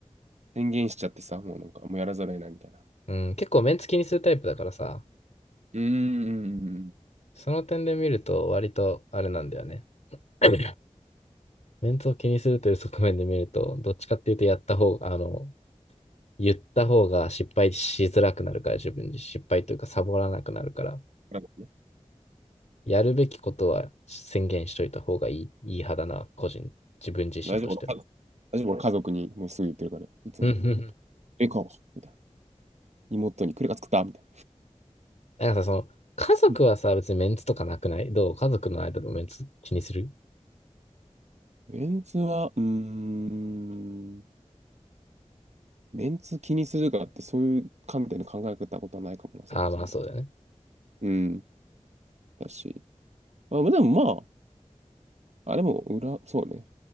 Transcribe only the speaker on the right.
宣言しちゃってさ、もうなんか、もうやらざるを得ないみたいな。
うん、うん、うんうん。<laughs>
だからね
大丈夫、俺家族大丈夫、俺家族にもうすぐ言ってるから、いつも。
え、か、みたいな。妹に、クレが作ったみたい
な。
メンツは、うーん、メンツ気にするかってそういう観点で考えたことはないかもな、そもそも。
うん、だし。まあ、まあでもまあ、あれも裏、そうね。